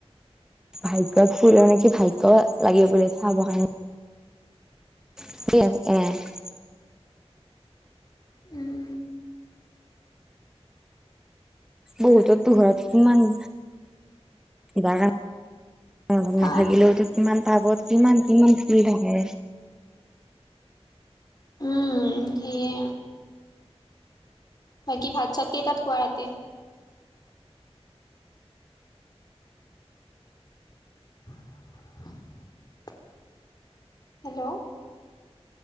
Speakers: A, in the centre; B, on the left.
A: ভাগ্য ফুলে নেকি, ভাগ্য লাগিব বুলে চাব কাৰণে। <unintelligible>
B: উম।
A: বহুতৰটো ঘৰত কিমান কিবা কাৰ না
B: ভাত
A: নাথাকিলেওতো কিমান টাবত কিমান-কিমান ফুলি থাকে।
B: উম, সেইে, বাকি ভাত চাত কেইটাত খোৱা ৰাতি? <inaudible> hello,